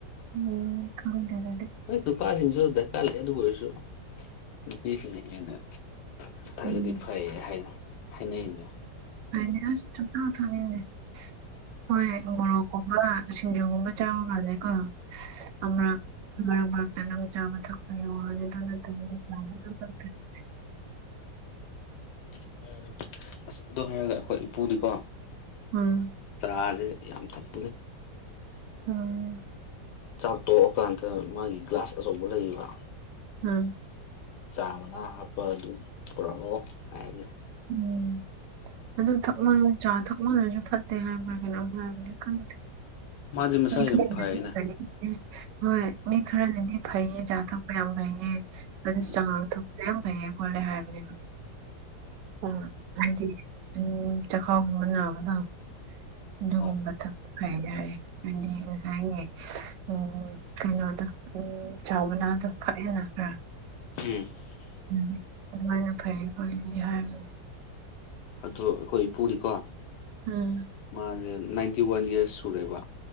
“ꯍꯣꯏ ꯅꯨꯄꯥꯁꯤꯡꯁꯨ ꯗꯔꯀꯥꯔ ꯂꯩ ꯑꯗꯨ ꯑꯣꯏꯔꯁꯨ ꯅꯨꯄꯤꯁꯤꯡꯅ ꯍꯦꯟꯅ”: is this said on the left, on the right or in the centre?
Left